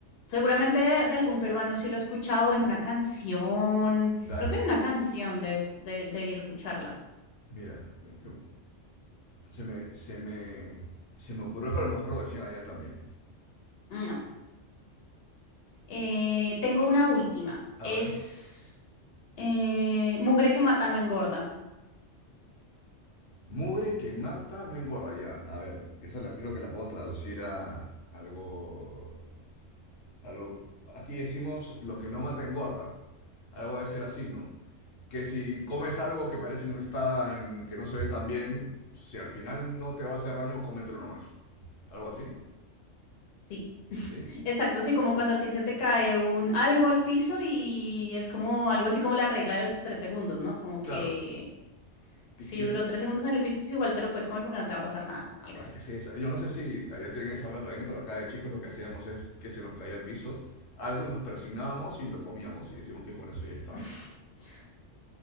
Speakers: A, on the left; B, on the left.
A: seguramente de, de algún peruano sí lo he escuchado o en una canción.
B: Dale,
A: Creo que en una canción debes, de- debí escucharla.
B: mira. yo- se me, se me, se me ocurrió que a lo mejor lo decían allá también.
A: No. Eh, tengo una última.
B: A
A: Es
B: ver.
A: eh, mugre que mata no engorda.
B: Mugre que mata no engorda ya. A ver, esa la, creo que la puedo traducir a algo a lo- aquí decimos lo que no mata engorda. Algo debe ser así, ¿no? Que si comes algo que parece que no está, en- que no se ve tan bien, si al final no te va a hacer daño, cómetelo nomás. Algo así,
A: Sí,
B: ¿sí?
A: exacto. Sí, como cuando a ti se te cae un algo al piso y es como algo así como la regla de los tres segundos, ¿no? Como
B: Claro.
A: que Si
B: Y- y-
A: duró tres segundos en el piso, igual te lo puedes comer porque no te va a pasar nada, algo
B: es-
A: así.
B: es- es- yo no sé si allá tienen esa regla también, pero acá de chicos lo que hacíamos es que se nos caía al piso algo y nos persignábamos y lo comíamos y decimos que con eso ya
A: <laughs>
B: estaba.